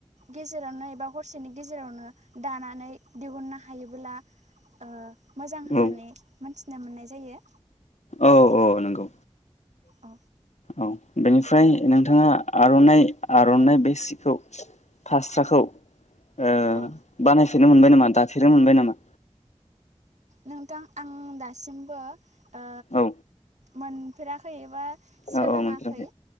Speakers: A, on the right; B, on the left.
A: गेजेरावनो एबा हरसेनि गेजेरावनो दानानै दिहुननो हायोबोला ओ मोजां होननानै
B: औ
A: मोनथि थिना मोननाय जायो।
B: औ औ नंगौ।
A: औ
B: औ बेनिफ्राय नोंथाङा आर'नाइ आर'नाइ बे सिखौ फास्राखौ ओ
A: औ
B: बानाय फेरनो मोनबाय नामा दाफेरनो मोनबाय नामा?
A: नोंथां आं दासिमबो ओ
B: औ।
A: मोनफेराखै एबा सोलोङाखै
B: औ औ मोनफेराखै